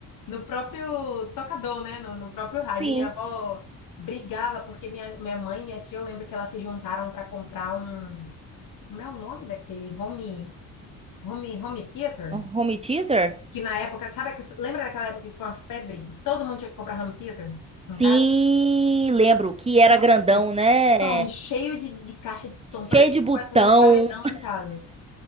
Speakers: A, on the left; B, on the right.
A: no próprio tocador, né? No, no próprio rádio.
B: Sim.
A: E Minha avó brigava porque minha, minha mãe e minha tia, eu lembro que elas se juntaram para comprar um. Como é o nome daquele? Home, home, home theater?
B: Home Theater?
A: Que na época, sabe, aqu- lembra daquela época que foi uma febre? que Todo mundo tinha que comprar home theater em
B: Sim,
A: casa?
B: lembro que era
A: Uma
B: grandão,
A: febre
B: né?
A: enorme, cheio de, de de caixa de som, parecia
B: Cheio de botão.
A: que ia fazer um paredão em
B: <laughs>
A: casa.